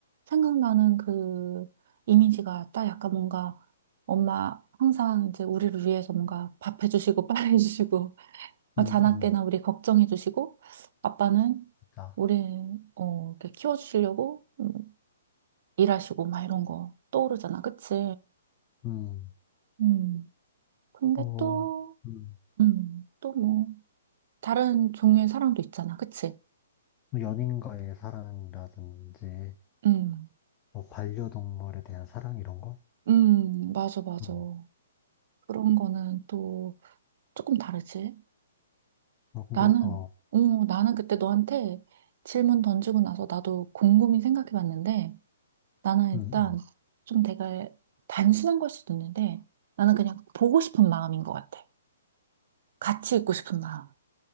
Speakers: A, on the right; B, on the left.
A: 생각나는 그 이미지가 딱 약간 뭔가 엄마 항상 이제 우리를 위해서 뭔가 밥 해주시고 빨래 해주시고 <laughs> 막
B: 음,
A: 자나깨나
B: 음,
A: 우리 걱정해주시고 아빠는
B: 자,
A: 우리 어, 이렇게 키워주시려고 음, 일하시고 막 이런 거 떠오르잖아. 그치?
B: 음,
A: 음. 근데
B: 어,
A: 또,
B: 음,
A: 음, 또 뭐, 다른 종류의 사랑도 있잖아. 그치?
B: 뭐 연인과의 사랑이라든지,
A: 음,
B: 뭐 반려동물에 대한 사랑 이런 거?
A: 음, 맞아, 맞아.
B: 음,
A: 그런 거는 또 조금 다르지.
B: 어, 근데,
A: 나는,
B: 어,
A: 어, 나는 그때 너한테 질문 던지고 나서 나도 곰곰이 생각해 봤는데 나는
B: 음,
A: 일단
B: 음.
A: 좀 내가 단순한 걸 수도 있는데 나는 그냥 보고 싶은 마음인 것 같아. 같이 있고 싶은 마음.